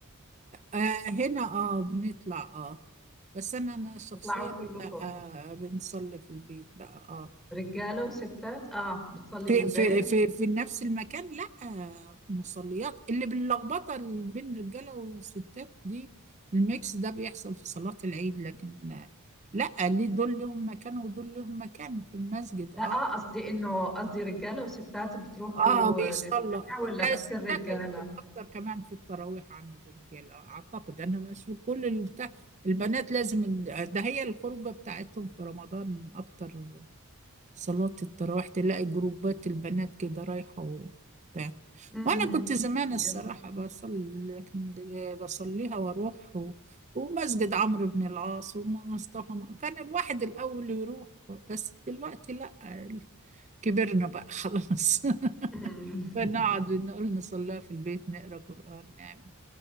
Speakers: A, on the right (about 30°); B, in the centre.
A: آه هنا اه بنطلع اه بس انا انا شخصيا
B: بتطلعوا كلكم
A: لا آه بنصلي في البيت بقى اه
B: رجاله وستات اه بتصلي
A: في
B: بالبيت
A: في في في نفس المكان لا آه مصليات اللي باللخبطه اللي بين الرجاله والستات دي الميكس ده بيحصل في صلاة العيد لكن آه لا ليه دول لهم مكان ودول لهم مكان في المسجد اه
B: لا اه قصدي انه قصدي رجاله وستات بتروحوا
A: اه بيصلى
B: آه، للجامع ولا
A: ده
B: بس
A: الستات
B: الرجاله
A: يمكن اكتر كمان في التراويح عن الرجاله اعتقد انا مش كل البتاع البنات لازم ال- ده هي الخروجه بتاعتهم في رمضان اكتر صلاه التراويح تلاقي جروبات البنات كده رايحه وبتاع
B: امم
A: وانا كنت زمان
B: جميل
A: الصراحه بصلي لكن دل- بصليها واروح و... ومسجد عمرو بن العاص ومصطفى كان الواحد الاول يروح بس دلوقتي لا كبرنا بقى خلاص <laughs>
B: امم
A: بنقعد
B: <laughs>
A: نقول نصليها في البيت نقرا قرآن نعمل